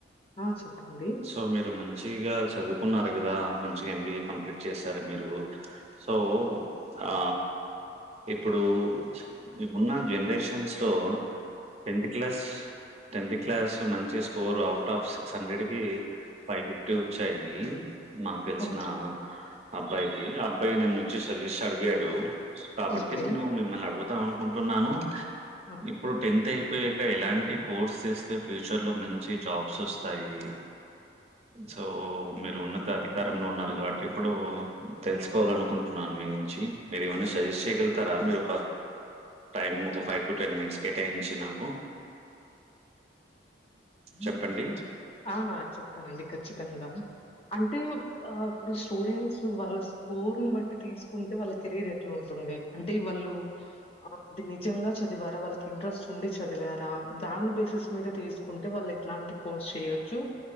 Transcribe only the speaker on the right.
సో మీరు మంచిగా చదువుకున్నారు కదా మంచిగా ఎం బి ఏ కంప్లీట్ చేసారు మీరు సో ఆ ఇప్పుడు ఇప్పుడున్న జనరేష న్స్ లో టెన్త్ క్లాస్ టెన్త్ క్లాస్ మంచి score out of six hundred కి ఫైవ్ ఫిఫ్టీ వచ్చాయి మాకు తెలిసిన
అబ్బాయికి అబ్ బ్బాయ్ నన్నొచ్చి సజ్జెస్ అడిగాడు కాబట్టి
నేను మిమ్మల్ని అడుగుతాం అనుకుంటున్నాను
ఇప్పుడు టెన్త్ అయిపోయాక ఎలాంటి కోర్స్ చేస్తే ఫ్యూచర్ లో మంచి జాబ్స్ వస్తాయి సో మీరు ఉన్నత అధికారంలో ఉన్నారు కాబట్టి ఇప్పుడు తెలుసుకోవాలనుకుంటున్న మీ నుంచి మీరు ఏమన్నా సజెస్ట్ చేయగలుగుతారా మీరు ఒక టైమ్ ఒక ఫైవ్ టు టెన్ మినిట్స్ కేటాయించి నాకు చెప్పండి